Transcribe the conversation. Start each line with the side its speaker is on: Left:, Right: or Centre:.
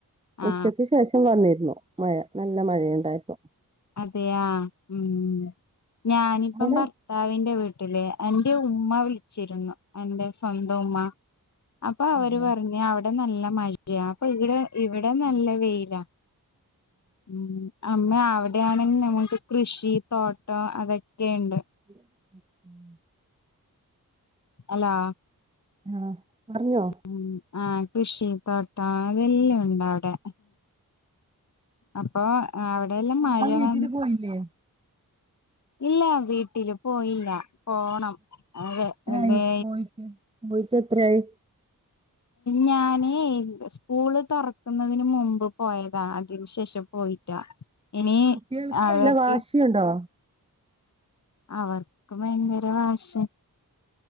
Left: ആ
Right: ഉച്ചക്ക് ശേഷം വന്നിര്ന്നു. മഴ നല്ല മഴയുണ്ടായിപ്പ
Left: അതെയ ഉം ഞാനിപ്പം
Right: അവിടെ
Left: പർ താവിന്റെ വീട്ടില് എന്റെ ഉമ്മ വിളിച്ചിരുന്നു എന്റെ സ്വന്തം ഉമ്മ അപ്പൊ അവര്
Right: ആ ആ
Left: പറഞ്ഞഞ് അവിടെ നല്ല മഴയാ അപ്പൊ ഇവിടെ ഇവിടെ നല്ല വെയിലാ ഉം അമ്മ അവിടെയാണെന്ന് നമ്മ ക്ക് കൃഷി തോട്ടം അതൊക്കെയുണ്ട്
Right: <unintelligible>
Left: ഹലോ
Right: ആഹ പറഞ്ഞോ
Left: ഉ ആഹ കൃഷി തോട്ടം അതെല്ലാം ഉണ്ട് അവിടെ അപ്പൊ അവിടെയ എല്ലാം
Right: സ്വന്തം
Left: മഴ
Right: വീട്ടില്
Left: വന്ന്
Right: പോയില്ലേ
Left: ഇല്ല വീട്ടില് പോയില്ല പോണം അവിടെ
Right: എത്രായി
Left: ബെ
Right: പോയിട്ട് പോയിട്ട് എത്രയായി
Left: ഞാനേ സ്കൂള് തുറക്കുന്നതിന് മുമ്പ് പോയതാ അതിനുശേഷം പോയിറ്റാ ഇനി
Right: കുട്ടികൾക്ക്
Left: അവർക്ക്
Right: നല്ല വാശിയുണ്ടോ
Left: അവർക്ക് ഭയങ്കര വാഷ